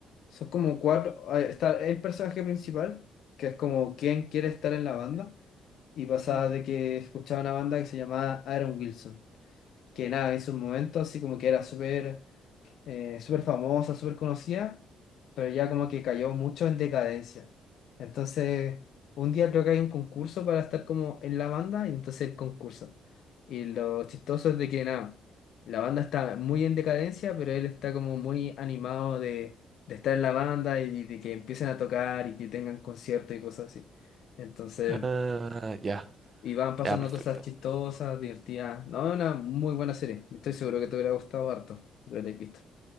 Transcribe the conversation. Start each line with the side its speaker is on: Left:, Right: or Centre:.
Left: Son como cuatro. ah, Está el personaje principal, que es como quien quiere estar en la banda. Y pasaba
Right: Ujú.
Left: de que escuchaba una banda que se llamaba Aaron Wilson. que nada, en sus momentos así como que era súper eh, súper famosa, súper conocida, pero ya como que cayó mucho en decadencia. Entonces, un día creo que hay un concurso para estar como en la banda, y entonces el concurso. Y lo chistoso es de que nada, la banda está muy en decadencia, pero él está como muy animado de, de estar en la banda y de que empiecen a tocar y que tengan conciertos y cosas así. Entonces...
Right: Ah, ya,
Left: Y van pasando
Right: ya, perfecto.
Left: cosas chistosas, divertidas. No, es una muy buena serie. Estoy seguro que te hubiera gustado harto. Lo habréis visto.